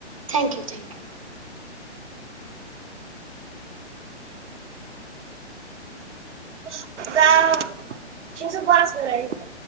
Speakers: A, on the right; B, on the right.
A: Thank you, thank you.
B: <unintelligible> Bus <unintelligible>